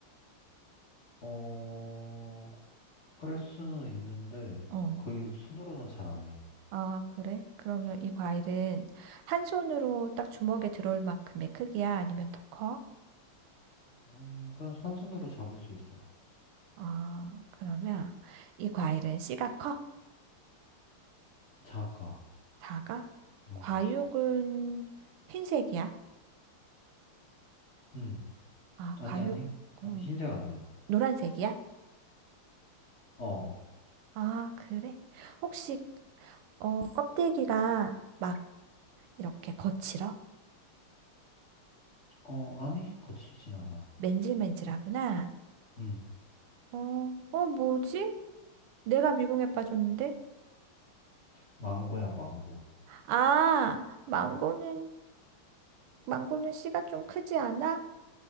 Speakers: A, on the left; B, on the right.
A: 어, 깔 수는 있는데
B: 어.
A: 거의 손으로는 잘 안 해.
B: 아, 그래? 그러면 이 과일은 한 손으로 딱 주먹에 들어올 만큼의 크기야? 아니면 더 커?
A: 음, 그냥 한 손으로 잡을 수 있어.
B: 아, 그러면 이 과일은 씨가 커?
A: 작아.
B: 작아?
A: 음,
B: 과육은 흰색이야?
A: 음.
B: 아,
A: 아니,
B: 과육.
A: 아니, 아니,
B: 음.
A: 흰색 아니야.
B: 노란색이야?
A: 어,
B: 아, 그래? 혹시, 어, 껍데기가 막 이렇게 거칠어?
A: 어, 아니, 거칠진 않아.
B: 맨질맨질하구나.
A: 음,
B: 어, 어, 뭐지? 내가 미궁에 빠졌는데?
A: 망고야, 망고.
B: 아, 망고는, 망고는 씨가 좀 크지 않아?